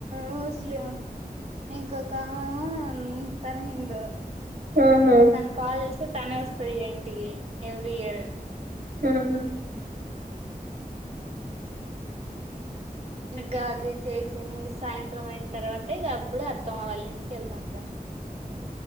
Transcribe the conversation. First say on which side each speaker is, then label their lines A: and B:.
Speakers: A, on the right; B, on the right.
A: ముస్లీమ్ ఇంకోకామా మ్మ్ తను హిందు
B: ఆహా
A: ఇగ తన కాల్ సుట్టనే వస్తది ఇక ఇంటికి ఎవ్రీ ఇయరు
B: మ్మ్ హ్మ్
A: ఇంక అదే చేసి తినేసి సాయంత్రం అయిన తర్వాత ఇక అప్పుడు అత్తమ్మ వాళ్ళ ఇంటికి వెళ్తాం ఇక